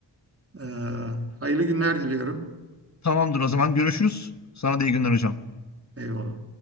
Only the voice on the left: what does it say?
Tamamdır o zaman görüşürüz. Sana da iyi günler hocam.